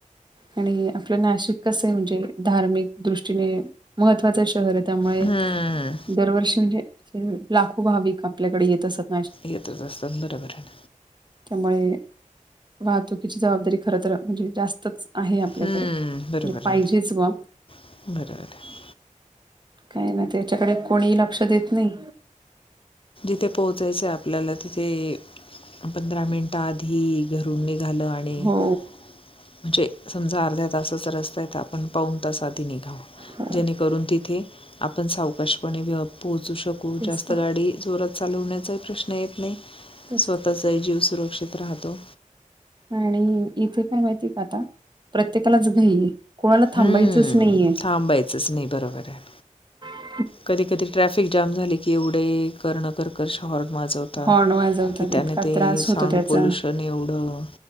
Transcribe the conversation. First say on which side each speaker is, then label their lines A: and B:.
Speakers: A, on the right; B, on the left.
A: आणि आपलं नाशिक कसं आहे म्हणजे धार्मिक दृष्टीने महत्त्वाचं शहर आहे त्यामुळे
B: हम्म,
A: दरवर्षी म्हणजे लाखो भाविक आपल्याकडे येत असात
B: येतच असतात बरोबर आहे.
A: त्यामुळे वाहतुकीची जबाबदारी खर तरर म्हणजे जास्तच आहे आपल्याकडे
B: हम्म,
A: म्हणजे
B: बरोबर
A: पाहिजेच
B: आहे
A: बा
B: ना बरोबर आहे
A: काय ना त्याच्याकडे कोणीही लक्ष देत नाही.
B: तथे पोहोचायचं आपल्याला तिथे पंधरा मिनिट आधी घरून निघ झा आणि म्हणे
A: हो
B: समजा अर्ध्या तासच रस्ता आहे आपण पाऊन तास आधी निघा
A: हो
B: जेणेकरून तिथे आपण सावकाशपणे व पोहोचू शकू
A: तेच
B: जास्त
A: तर
B: गाडी जोरात चालवण्याचाही प्रश्न येत नाही.
A: तेच
B: स्वतःचाही
A: तर
B: जीव सुरक्षित राहतो.
A: आणि इथे काय माहितीय का आता प्रत्येकालाच घई कोणाला
B: हम्म,
A: थांबायचंच नाहीे.
B: थांबायचंच नाही बरोबर आहे
A: <inaudible>
B: कधी कधी ट्रॅफिक जाम झाले की एवढे करण कर शहर माजवतात
A: हॉर्न वाजवतात
B: की त्याने
A: इतका
B: ते
A: त्रास होतो
B: साऊंड
A: त्याचा
B: पोल्युशन एवढं